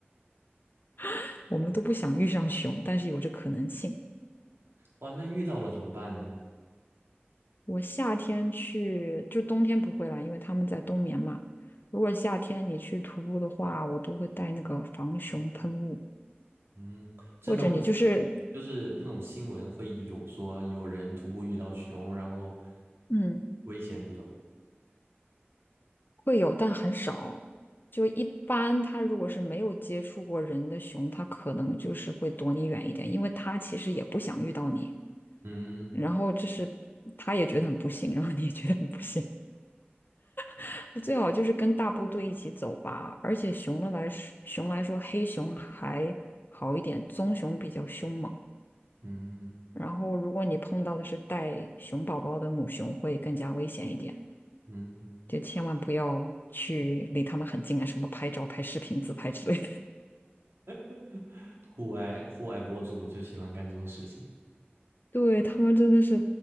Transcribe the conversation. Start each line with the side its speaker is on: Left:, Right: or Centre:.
Left: <laughs> 我们都不想遇上熊，但是有这可能性。
Right: 哇，那遇到了怎么办呢？
Left: 我夏天去，就冬天不会来，因为他们在冬眠嘛。如果夏天你去徒步的话，我都会带那个防熊喷雾，
Right: 嗯，真的会有，
Left: 或者你就是，
Right: 就是那种新闻会有说有人徒步遇到熊，然后
Left: 嗯，
Right: 危险这种。
Left: 会有，但很少。就一般，它如果是没有接触过人的熊，它可能就是会躲你远一点，因为它其实也不想遇到你。
Right: 嗯
Left: 然后就是它也觉得很不幸，然后你也觉得很不幸。<laughs> 最好就是跟大部队一起走吧。而且熊的来说，熊来说，黑熊还好一点，棕熊比较凶猛。
Right: 嗯
Left: 然后如果你碰到的是带熊宝宝的母熊，会更加危险一点。
Right: 嗯，
Left: 就千万不要去离他们很近啊，什么拍照、拍视频、自拍之类
Right: <laughs> 户外户外博主就喜欢干这种事情。
Left: 对，他们真的是